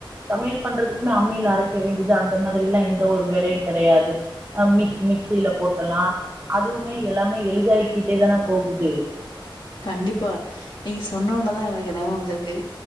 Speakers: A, on the right; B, on the left.
A: சமையல் பண்றதுக்குமே அம்மியில அரைக்க வேண்டியது அந்த மாதிரி எல்லா எந்த ஒரு வேலையு கிடையாது அ மிஸ் மிக்சில போட்ரலா அதுவுமே எல்லாமே எளிதாயிக்கிட்டே தான போகுது
B: கண்டிப்பா நீங்க சொன்ன ஓனோதா எனக்கு ஞாபகம் வந்துருக்கு